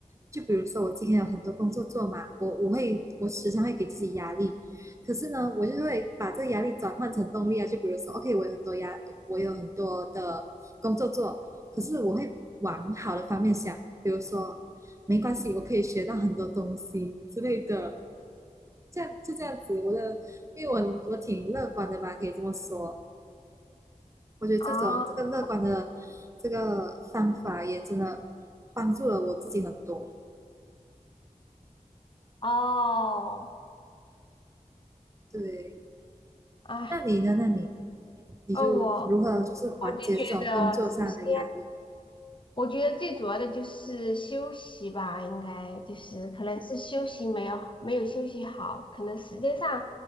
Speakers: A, on the right; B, on the left.
A: 就比如说我今天有很多工作做嘛，我我会我时常会给自己压力，可是呢，我就会把这个压力转换成动力啊。就比如说，OK，我有很多压，我有很多的工作做，可是我会往好的方面想，比如说没关系，我可以学到很多东西之类的。这样就这样子，我的因为我我挺乐观的吧，可以这么说。我觉得这种这个乐观的这个方法也真的
B: 啊？<laughs>
A: 帮助了我自己很多。
B: 哦，
A: 对，
B: 哎，
A: 那你呢？那你你就如何就是缓解这种工作上的压力？
B: 哦，我我就觉得，首先我觉得最主要的就是休息吧，应该就是可能是休息没有没有休息好，可能时间上